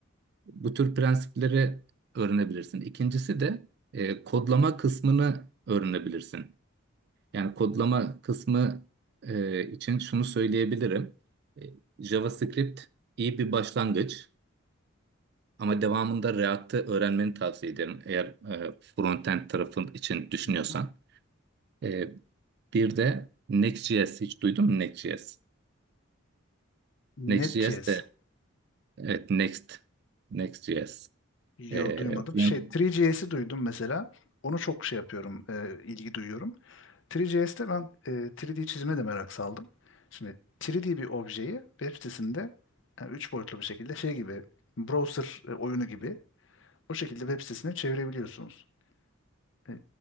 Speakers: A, on the right; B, on the left.
A: bu tür prensipleri öğrenebilirsin. İkincisi de e, kodlama kısmını öğrenebilirsin. Yani kodlama kısmı e, için şunu söyleyebilirim. E, JavaScript iyi bir başlangıç ama devamında React'ı öğrenmeni tavsiye ederim eğer e, frontend tarafın için düşünüyorsan.
B: Hı.
A: E, Bir de Next.js hiç duydun mu Next.js? Next.js
B: Net.js.
A: de evet Next Next.js.
B: Yo
A: Ee,
B: duymadım.
A: fren-
B: Şey 3JS'i duydum mesela. Onu çok şey yapıyorum, e, ilgi duyuyorum. 3JS'te ben e, 3D çizime de merak saldım. Şimdi 3D bir objeyi web sitesinde yani 3 boyutlu bir şekilde şey gibi browser e, oyunu gibi O şekilde web sitesine çevirebiliyorsunuz. E,